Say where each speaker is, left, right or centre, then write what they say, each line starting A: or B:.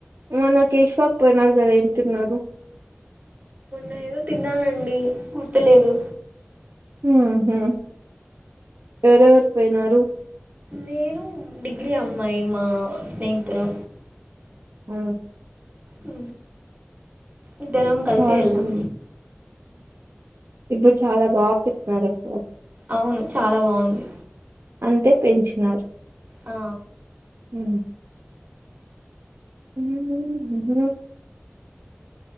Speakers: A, on the right (about 65°); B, on the right (about 35°).
A: మన కేశవాక్ పోయినారు గదా ఎం తిన్నారు
B: నే ఏదో తిన్నానండి గుర్తులేదు
A: ఉహు ఎరెవరు పోయినారు
B: నేను డిగ్రీ అమ్మాయి మా స్నేహితురా
A: ఊ
B: ఉ ఇద్దరం కలిసి
A: చాలా
B: వెళ్ళాం
A: బాగుంది. ఇప్పుడు చాలా బాగా పెట్టినారు అసలు
B: అవును చాలా బాగుంది
A: అంతే పెంచినారు
B: ఆ
A: ఉ ఉహు